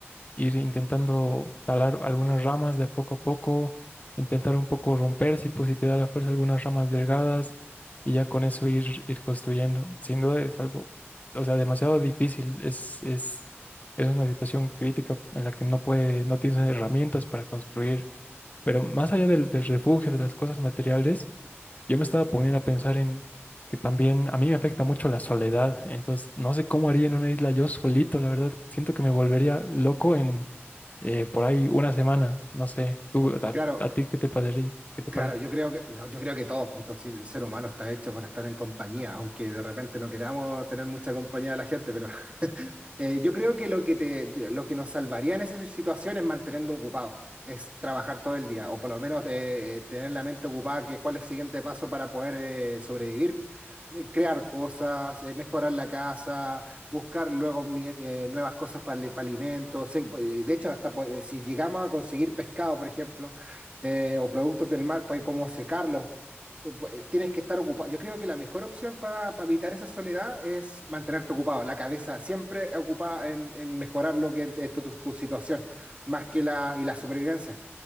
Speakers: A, on the left; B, on the right.
A: ir intentando talar algunas ramas de poco a poco, intentar un poco romper, si, pues, si te da la fuerza, algunas ramas delgadas y ya con eso ir, ir construyendo. Sin duda es algo, o sea, demasiado difícil, es, es, es una situación crítica en la que no puede, no tienes herramientas para construir. Pero más allá del, del refugio, de las cosas materiales, yo me estaba poniendo a pensar en que también a mí me afecta mucho la soledad, entonces no sé cómo haría en una isla yo solito, la verdad, siento que me volvería loco en eh, por ahí una semana, no sé, tú, a,
B: Claro,
A: a ti, ¿qué te parecería? ¿Qué te
B: Claro,
A: parece?
B: yo creo que, no, yo creo que todos, pues todo si- el ser humano está hecho para estar en compañía, aunque de repente no queramos tener mucha compañía de la gente, pero <laughs> eh, yo creo que lo que te, de- lo que nos salvaría en esas situaciones es mantenernos ocupados, es trabajar todo el día, o por lo menos eh, eh, tener la mente ocupada, que cuál es el siguiente paso para poder eh, sobrevivir, eh, crear cosas, eh, mejorar la casa, buscar luego ni- eh, nuevas cosas para, el- para alimentos. sí, pues, de hecho, hasta pues, eh, si llegamos a conseguir pescado, por ejemplo eh, o productos del mar para cómo secarlos. Pu- eh, Tienes que estar ocupado. Yo creo que la mejor opción para, para evitar esa soledad es mantenerte ocupado, la cabeza siempre ocupada en, en mejorar lo que es tu, tu- tu situación, más que la, y la supervivencia,